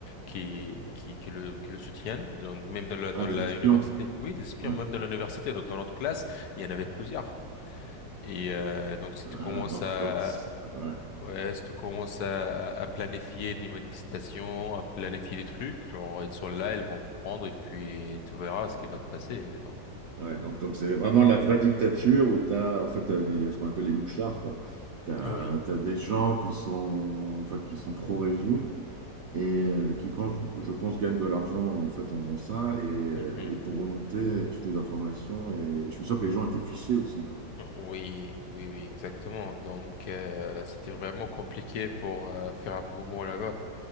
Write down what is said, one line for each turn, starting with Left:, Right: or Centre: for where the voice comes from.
Left: qui, qui, qui le, qui le soutiennent. Donc, même dans la,
Right: Ah,
Left: dans la
Right: des espions.
Left: université. Oui, des espions,
Right: Ouais.
Left: même dans l'université, dans dans notre classe, il y en avait plusieurs. Et euh, donc, si
Right: Ah,
Left: tu commences
Right: donc,
Left: à,
Right: donc, ouais.
Left: Ouais, si tu commences à, à à planifier des manifestations, à planifier des trucs, genre, elles sont là, elles vont prendre, et puis tu verras ce qui va te passer. euh, Donc,
Right: Ouais, donc donc c'est vraiment la vraie dictature où tu as en fait t'as les, ce qu'on appelle les mouchards quoi. Tu as,
Left: Oui.
Right: des gens qui sont en fait qui sont pro-régime et euh, qui quand je je pense gagnent de l'argent en fait en faisant ça et, euh,
Left: Mhm.
Right: et pour remonter toutes les informations et, je suis sûr que les gens étaient fichés aussi quoi.
Left: Oui, oui, oui, exactement. Donc, euh, c'était vraiment compliqué pour euh, faire un mouvement là-bas.